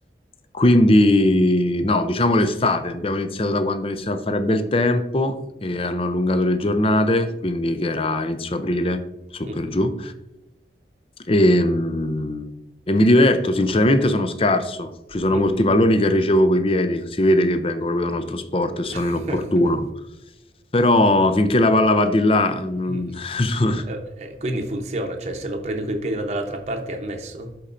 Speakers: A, on the left; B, on the right.
A: Quindi, no, diciamo l'estate, abbiamo iniziato da quando iniziava a fare bel tempo e hanno allungato le giornate, quindi che era inizio aprile, su
B: Mhm,
A: per giù. E, mm, e mi diverto, sinceramente sono scarso, ci sono
B: mhm.
A: molti palloni che ricevo coi piedi, si vede che vengo proprio da un altro sport e sono
B: <laughs>
A: inopportuno. Però finché la palla va di là, non-
B: Mh.
A: <laughs>
B: Eh, eh, quindi funziona, cioè se lo prendo coi piedi e vado dall'altra parte è ammesso?